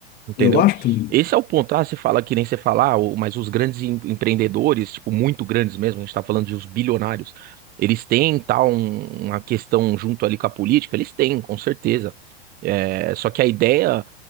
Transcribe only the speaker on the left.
Eu acho também.